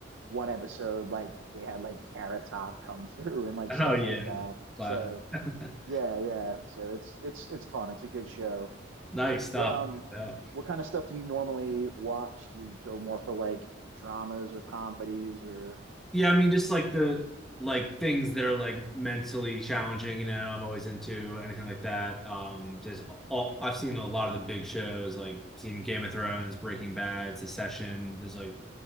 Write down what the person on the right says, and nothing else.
one episode, like they had like Carrot Top come through <laughs> and like
stuff
like that.
So
yeah, yeah. So it's it's it's fun. It's a good show.
What um
what kind of stuff do you normally watch? Do you go more for like dramas or comedies or